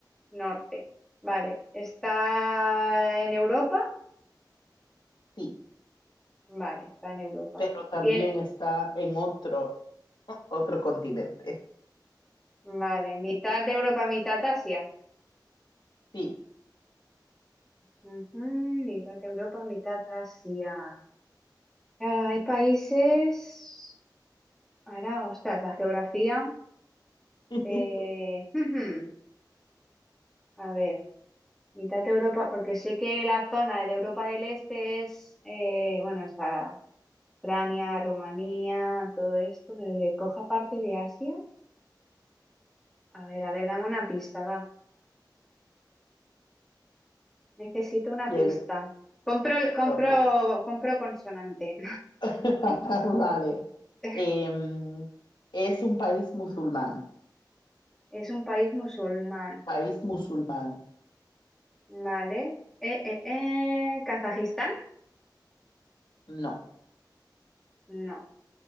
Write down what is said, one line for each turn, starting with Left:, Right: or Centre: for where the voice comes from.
Centre: Norte. Vale. ¿Está en Europa?
Left: sí,
Centre: Vale, está en Europa.
Left: pero también
Centre: Tiene-
Left: está en otro, otro continente.
Centre: Vale. ¿Mitad de Europa, mitad Asia?
Left: Sí.
Centre: Ujú, mitad de Europa, mitad Asia. Ah, Hay países. Ahora, ostras, la geografía.
Left: <laughs>
Centre: eh, ujú. A ver, mitad de Europa, porque sé que la zona de Europa del Este es, eh, bueno, está Ucrania, Rumanía, todo esto, pero que coja parte de Asia. A ver, a ver, dame una pista, va. Necesito una
Left: ¿Quieres?
Centre: pista. Compro, compro,
Left: Ok.
Centre: compro consonante.
Left: <laughs> Vale.
Centre: <laughs>
Left: Em, es un país musulmán.
Centre: Es un país musulmán,
Left: País musulmán.
Centre: ¿vale? Eh, eh, eh, ¿Kazajistán?
Left: No.
Centre: No.